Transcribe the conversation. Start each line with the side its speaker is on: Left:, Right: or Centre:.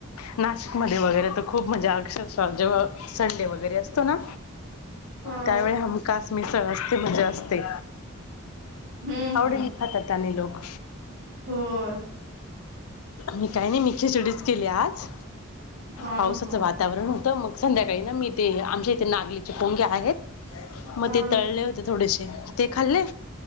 Left: नाश मध्ये वगैरे तर खूप म्हणजे अक्षरः जेव्हा संडे वगैरे असतो ना
Right: हा
Left: त्यावेळी हमखास मिसळ असते म्हणजे असते
Right: हम्म
Left: आवडीने
Right: हम्म
Left: खातात आणि लोक
Right: होय.
Left: मी काय नाई मी खिचडीच केल्या आज
Right: हा
Left: पावसाचं
Right: हा
Left: वातावरण हो त मग संध्याकाळी ना मी ते आमच्या इथे नागलीचे पोंगे आहेत म
Right: हा
Left: ते तळले होते थोडे ते खाल्ले.